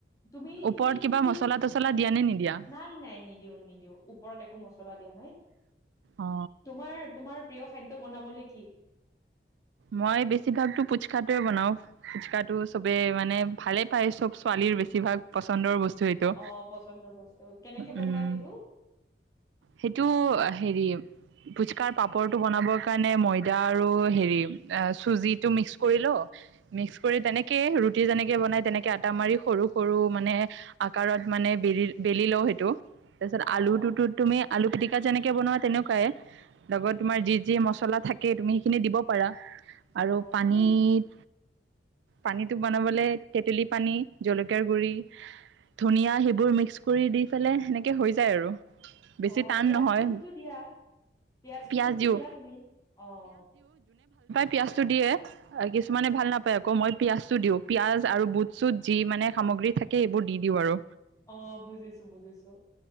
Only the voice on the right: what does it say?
ওপৰত কিবা
মছলা তছলা দিয়া নে নিদিয়া
অ
মই বেছিভাগটো পুচকাটোৱে বনাওঁ। ফুচকাটো চবে মানে ভালে পায়, চব ছোৱালীৰ বেছিভাগ পচন্দৰ বস্ চ' সেইটো
উম,
সেইটো হেৰি ফুচকাৰ পাপৰটো বনাবৰ কাৰণে ময়দা আৰু হেৰি অ', চুজিটো মিক্স কৰি ল' মিক্স কৰি তেনেকে ৰুটি যেনেকে বনাই তেনেকে আটা মাৰি সৰু সৰু মানে আকাৰত মানে বেলি বেলি লওঁ সেইটো। তাৰপিছত
আলুটোতো
তুমি আলু পিটিক তা যেনেকে বনোৱা তেনেকুৱাই লগত তোমাৰ যি যি মছলা থাকে, তুমি সেইখিনি দিব পাৰা। আৰু
পানীত
পানীটো বনাবলে তেতেলী পানী, জলকীয়াৰ গুৰি, ধনিয়া সেইবোৰ মিক্স কৰি দি পেলাই সেনেকে হৈ যায় আৰু। বেছি
টান
নহয়
পিঁয়াজ দিওঁ
পিয়াঁজটো দিয়ে, কিছুমানে ভাল নাপায় আকৌ মই পিয়াঁজটো দিওঁ, পিয়াঁজ আৰু বুট চুট যি মানে সামগ্ৰী থাকে এইবোৰ দি দিওঁ আৰু।